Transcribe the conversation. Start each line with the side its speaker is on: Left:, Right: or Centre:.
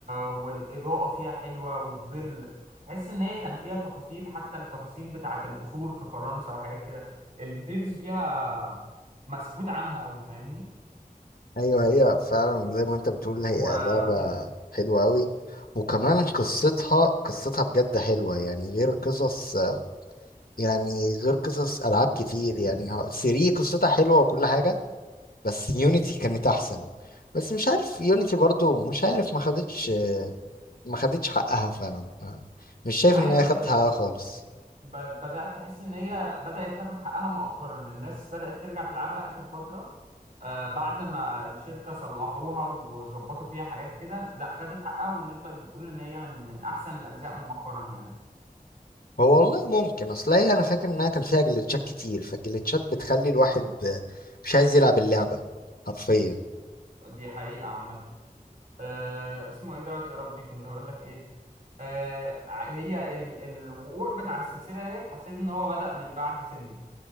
Right: والاضاءة فيها حلوة والظل تحس ان هي كان فيها تفاصيل حتى التفاصيل بتاعت القصور في فرنسا وحاجات كده الديتيلز فيها مسكوت عنها قوي فاهمني
Left: ايوه هي فعلا زي ما انت بتقول هي
Right: و...
Left: لعبه
Right: وكان في...
Left: حلوه قوي وكمان قصتها قصتها بجد حلوه يعني غير قصص يعني غير قصص ألعاب كتير يعني ها- 3 قصتها حلوة وكل حاجة بس يونيتي كانت أحسن بس مش عارف يونيتي برضو مش عارف ما خدتش ما خدتش حقها فعلا آه، مش شايف
Right: عايز
Left: إن هي
Right: اقول
Left: خدت حقها
Right: لك
Left: خالص
Right: ب- بدأت أحس إن هي بدأت تاخد حقها مؤخرا الناس بدأت ترجع تلعبها آخر فترة آه بعد ما الشركة صلحوها وظبطوا فيها حاجات كده لا خدت حقها والناس بقت بتقول إن هي من من أحسن الأجزاء مؤخرا يعني
Left: هو والله ممكن أصل هي أنا فاكر إنها كان فيها جليتشات كتير فالجليتشات بتخلي الواحد آه، مش عايز يلعب اللعبة حرفيا
Right: دي حقيقة عامة آه اسمه إيه دوت يا ربي كنت هقول لك إيه آه ع- هي ال الوقوع بتاع السلسلة ديت حسيت إن هو بدأ من بعد سندكت